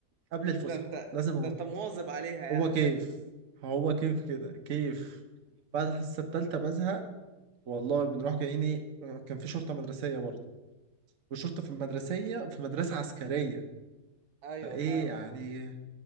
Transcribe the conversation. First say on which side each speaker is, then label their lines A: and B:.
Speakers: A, on the right; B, on the right.
A: قبل الفسحه
B: ده انت
A: لازم
B: ده
A: انط
B: انت مواظب عليها يعني
A: هو كيف هو كيف كده كيف بعد الحصه الثالثه بزهق والله بنروح جايين ايه كان في شرطه مدرسيه برضه والشرطه في المدرسيه في مدرسه عسكريه
B: ايوه
A: فايه
B: فاهمك
A: يعني